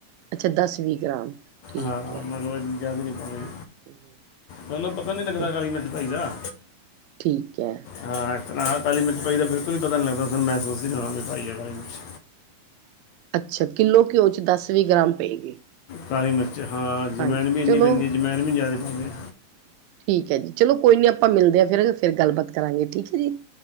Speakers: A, on the right; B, on the left.
A: ਅੱਛਾ ਦਸ ਵੀਹ ਗ੍ਰਾਮ ਠੀਕ
B: ਹਾਂ
A: ਹੈ
B: ਮਤਲਬ ਜਾਆਦ ਨਹੀਂ ਪਾਉਣੀ
A: <unintelligible>
B: ਚਲੋ ਪਤਾ ਨਹੀਂ ਲੱਗਦਾ
A: ਤੇ
B: ਕਾਲੀ ਮਿਰਚ ਪਾਈਦਾ
A: ਠੀਕ ਐ
B: ਹਾਂ ਇਸ ਤਰ੍ਹਾਂ ਕੀ ਕਾਲੀ ਮਿਰਚ ਪਾਈ ਦਾ ਬਿਲਕੁਲ ਈ ਪਤਾ ਨਹੀਂ ਲੱਗਦਾ ਤੋਹਾਨੂੰ ਮਹਿਸੂਸ ਹੀ ਨਹੀਂ ਹੋਣਾ ਵੀ ਪਾਈ ਆ ਕਾਲੀ ਮਿਰਚ
A: ਅੱਛਾ ਕਿੱਲੋ ਘਿਓ 'ਚ ਦਸ ਵੀਹ ਗ੍ਰਾਮ ਪਏਗੀ
B: ਕਾਲੀ ਮਿਰਚ ਹਾਂ ਜਵੈਣ
A: ਹਾਂਜੀ
B: ਵੀ ਇੰਨੀ
A: ਚਲੋ
B: ਪੈਂਦੀ ਜਵੈਣ ਵੀ ਜ਼ਿਆਦਾ ਪਉਂਨੀ
A: ਠੀਕ ਹੈ ਜੀ ਚਲੋ ਕੋਈ ਨੀ ਆਪਾਂ ਮਿਲਦੇ ਹਾਂ ਫਿਰ ਫਿਰ ਗੱਲਬਾਤ ਕਰਾਂਗੇ ਠੀਕ ਹੈ ਜੀ-'